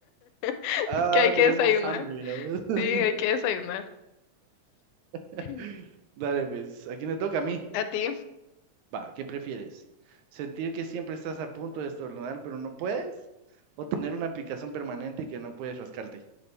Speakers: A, on the left (about 85°); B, on the right (about 80°).
A: <laughs>
B: Ah,
A: Es que hay que
B: tenemos
A: desayunar.
B: hambre, mira.
A: Sí, hay que desayunar.
B: <laughs>
A: <clears throat>
B: Dale, pues, ¿a quién le toca? A mí.
A: ¿A ti?
B: Va, ¿qué prefieres? ¿Sentir que siempre estás a punto de estornudar, pero no puedes? ¿O tener una picazón permanente que no puedes rascarte?